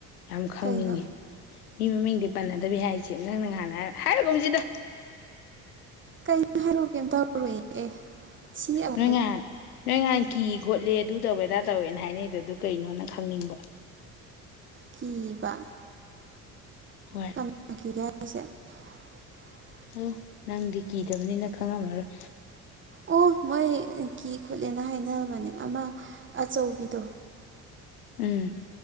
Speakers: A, on the left (about 80°); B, on the right (about 25°).
A: ꯌꯥꯝ ꯈꯪꯅꯤꯡꯉꯤ
B: ꯀꯩꯅꯣ
A: ꯃꯤ ꯃꯃꯤꯡꯗꯤ ꯄꯟꯅꯗꯕꯤ ꯍꯥꯏꯁꯦ ꯅꯪꯅ ꯅꯍꯥꯟꯅ ꯍꯥꯏꯔꯒꯨꯝꯁꯤꯗ
B: ꯀꯣ ꯍꯥꯏꯔꯛ ꯀꯩꯝ ꯇꯧꯔꯨꯏ ꯑꯦ ꯁꯤ ꯑꯃꯨꯛ
A: ꯅꯣꯏꯉꯥꯍꯥꯟ ꯅꯣꯏꯉꯥꯍꯥꯟ ꯀꯤ ꯈꯣꯠꯂꯦ ꯑꯗꯨ ꯇꯧꯋꯦ ꯑꯗꯥ ꯇꯧꯋꯦꯅ ꯍꯥꯏꯅꯩꯗ ꯑꯗꯨ ꯀꯩꯅꯣꯅ ꯈꯪꯅꯤꯡꯕ
B: ꯀꯤꯕ
A: ꯍꯣꯏ
B: ꯀꯅꯥ <unintelligible>
A: ꯑꯥ ꯅꯪꯗꯤ ꯀꯤꯗꯕꯅꯤꯅ ꯈꯪꯉꯝꯃꯔꯣꯏ
B: ꯑꯣ ꯃꯣꯏ ꯀꯤ ꯈꯣꯠꯂꯦꯅ ꯍꯥꯏꯅꯕꯅꯦ ꯑꯃ ꯑꯆꯧꯕꯤꯗꯣ
A: ꯎꯝ